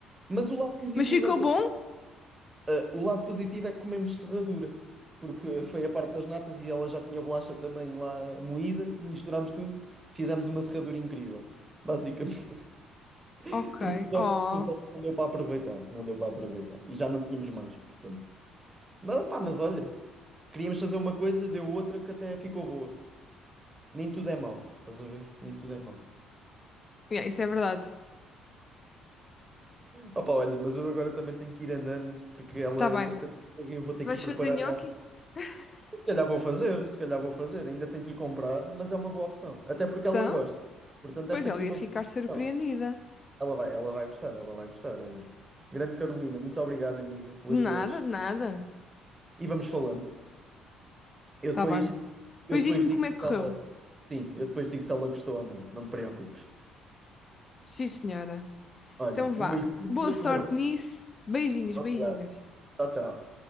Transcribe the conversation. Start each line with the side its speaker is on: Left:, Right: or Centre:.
Right: Mas o lado positivo
Left: Mas ficou
Right: desta.
Left: bom?
Right: eh, o lado positivo é que comemos serradura. Porque foi a parte das natas e ela já tinha bolacha também lá moída. Misturámos tudo, fizemos uma serradura incrível. Basicamente. <laughs>
Left: Ok.
Right: Porque os
Left: Oh,
Right: ovos, os ovos não deu para aproveitar. Não deu para aproveitar. E já não tínhamos mais, portanto. Mas pá, mas olha, queríamos fazer uma coisa, deu outra que até ficou boa. Nem tudo é mau, estás a ver? Nem tudo é mau.
Left: yeah, isso é verdade.
Right: Opa, olha, mas eu agora também tenho que ir andando, porque ela,
Left: Tá bem.
Right: entretanto, eu vou ter
Left: Vais
Right: que ir preparar
Left: fazer nhoque?
Right: o
Left: <laughs>
Right: Se calhar vou fazer, se calhar vou fazer. Ainda tenho que ir comprar, mas é uma boa opção. Até porque
Left: Então,
Right: ela gosta. Portanto,
Left: pois
Right: esta
Left: ela
Right: aqui é
Left: ia
Right: uma
Left: ficar
Right: boa
Left: surpreendida.
Right: opção. Ela vai, ela vai gostar, ela vai gostar, olha. Grande Carolina, muito obrigado, amiga, pelas
Left: De nada,
Right: tuas.
Left: de nada.
Right: E vamos falando. Eu
Left: Tá
Right: depois,
Left: bem.
Right: eu
Left: Pois
Right: depois
Left: diz-me
Right: digo
Left: como
Right: se
Left: é que correu.
Right: ela. Sim, eu depois digo se ela gostou ou não. Não te preocupes.
Left: Sim, senhora.
Right: Olha,
Left: Então vá.
Right: um beijinho e
Left: Boa
Right: tudo a
Left: sorte
Right: correr bem.
Left: nisso. Beijinhos,
Right: Obrigado.
Left: beijinhos.
Right: Tchau, tchau.